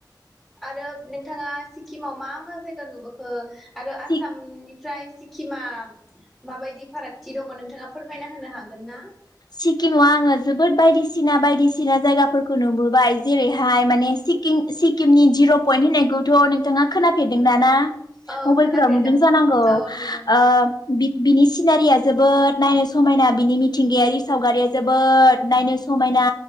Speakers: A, in the centre; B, on the left (about 60°).
A: आरो नोंथाङा सिक्किमाव मा मा जायगा नुबोखो? आरो आसामनि
B: सि
A: ओमफ्राय सिक्किमा माबायदि फारागथि दङ' नोंथाङा फोरमायना होनो हागोन ना?
B: सिक्किमाव आङो जोबोद बायदिसिना बायदिसिना जायगाफोरखौ नुबोबाय जेरैहाय माने सिकिम सिक्किमनि जिर' पइन्ट होननायखौथ' नोंथाङा खोनाफेरदों दा ना?
A: औ
B: मबाइल
A: खोनाफेरदों
B: फोराव नुदों जानांगौ
A: औ नुदों
B: ओ बि बिनि सिनारिया जोबोद नायनो समायना बिनि मिथि मिथिंगायारि सावगारिया जोबोद नायनो समायना